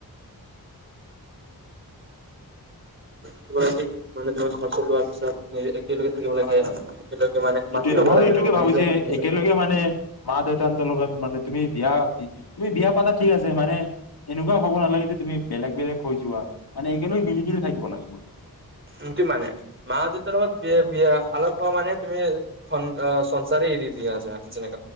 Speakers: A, on the right; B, on the left.
A: কিব
B: আচ্ছা
A: মানে ধৰ ফচলোৱা <inaudible> তেওঁলোকে থাকিব লাগে
B: হয় হয়
A: তেওঁলোকে মানে মাতি
B: এইটোয়ে
A: ল'ব
B: মই
A: লাগে
B: এইটোকে
A: ত মানে
B: ভাবো
A: নিজৰ
B: যে
A: নিজৰ
B: একেলগে
A: ক
B: মানে মা দেউতাহৰ লগত মানে তুমি বিয়া তুমি বিয়া পাতা ঠিক আছে মানে এনেকুৱা হব নালাগে যে তুমি বেলেগ বেলেগ হৈ যোৱা মানে একেলগ মিলি জুলি থাকিব লাগিব
A: সটো মানে মা দেত লগত বি
B: হয়
A: বিয়া আলপ হোৱা মানে তুমি খং এ সংসাৰে এৰি দিয়া যা যেনেক